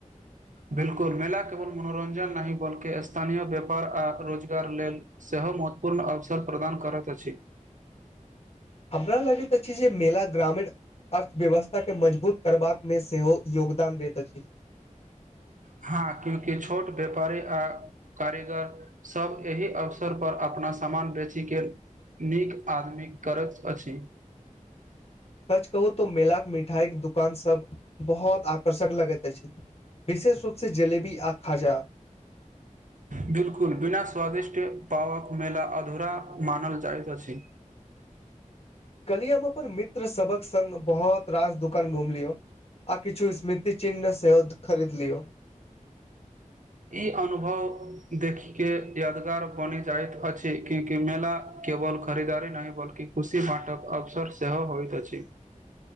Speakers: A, on the right (about 70°); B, on the left (about 50°).
A: बिलकुल मेला केवल मनोरंजन नहि बल्कि स्थानीय व्यापार आ रोजगार लेल से ओ महत्वपूर्ण अवसर प्रदान करैत अछि
B: हमरा लगित छी जे मेला ग्रामे अर्थव्यवस्थाकेँ मजबूत करबाकमे सेहो योगदान दैत अछि
A: हँ क्यूंकि छोट व्यापारी आ कारीगर सब एहि अवसर पर अपना सामान बेचैके नीक आदमी करैत अछि
B: ह <unintelligible> सच कहू तो मेला के मिठाई के दुकान सब बहुत आकर्षक लगैत अछि विशेष रूपसँ जलेबी आ खाजा
A: बिल्कुल बिना स्वादिष्ट पावक मेला अधूरा मानल जाइत अछि
B: कहलिय हम अपन मित्र सबक संग बहुत रास दुकान घुमलियौ आ किछु स्मृति चिन्ह सेहो खरीद लियौ
A: ई अनुभव देखि के यादगार बनि जाइत अछि क्यकि मेला केवल खरीदारी नहि बल्की खुशी मटक अवसर सेहो होइत अछि